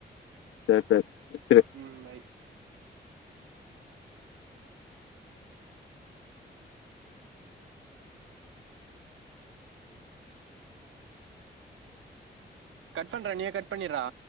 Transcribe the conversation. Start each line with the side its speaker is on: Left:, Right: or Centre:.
Left: சேர் சேரி வெச்சிடு
Right: ம் பை கட் பண்றா நீயே கட் பண்ணிட்றா